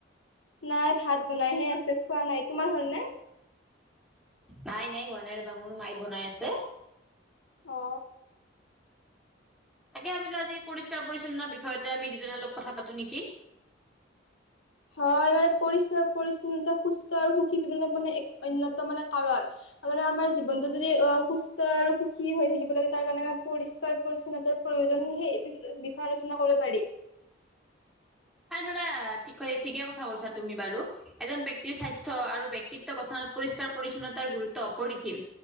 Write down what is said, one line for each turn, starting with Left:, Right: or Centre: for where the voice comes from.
Left: নাই ভাত বনাইহে আছে খোৱা নাই তোমাৰ হল নে
Centre: নাই নাই হোৱা নাই ৰবা মোৰ মায়ে বনাই আছে
Left: অ
Centre: তাকে ভাবিলো আজি পৰিষ্কাৰ পৰিচ্ছন্ন বিষয়তে আমি দুজনে অলপ কথা পাতো নেকি
Left: হয় মানে পৰিষ্কাৰ পৰিছন্নতা সুস্থ আৰু সুখী জীৱনৰ মানে এক অন্যতম মানে কাৰণ মানে আমাৰ জীৱনটো যদি অ', সুস্থ আৰু সুখী হৈ থাকিব লাগে তাৰ কাৰণে আমাৰ পৰিষ্কাৰ পৰিচ্ছন্নতাৰ প্ৰয়োজন সে সেই বিষয়ে আলোচনা কৰিব পাৰি।
Centre: <inaudible> নাই ধৰা, ঠিক ঠিকে কথা কৈছা তুমি বাৰু এজন ব্যক্তিৰ স্বাস্থ্য আৰু ব্যক্তিত্ব গঠনত পৰিষ্কাৰ পৰিচ্ছন্নতাৰ গুৰুত্ব অপৰিসীম